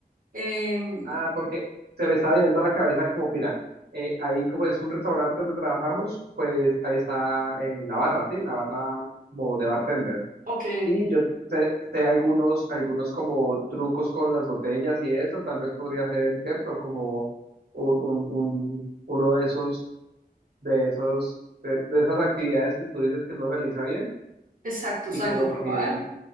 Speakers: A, on the right; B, on the right.
A: Em,
B: Ah, porque se me estaba viniendo a la cabeza como, mira, eh, ahí como es un restaurante donde trabajamos, pues ahí está eh, la barra, ¿sí? La barra como de bartender.
A: ok.
B: Y yo sé, sé algunos, algunos como trucos con las botellas y eso, tal vez podría ser, ¿cierto? Como un, un, un- uno de esos, de esos, de, de esas actividades que tú dices que no realiza bien
A: Exacto, exacto,
B: y como
A: probar.
B: que